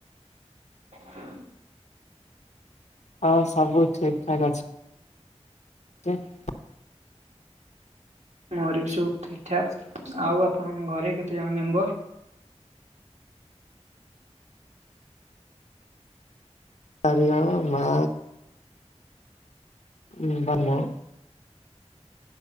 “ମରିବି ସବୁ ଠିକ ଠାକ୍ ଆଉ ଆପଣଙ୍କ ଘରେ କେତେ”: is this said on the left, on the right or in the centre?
Right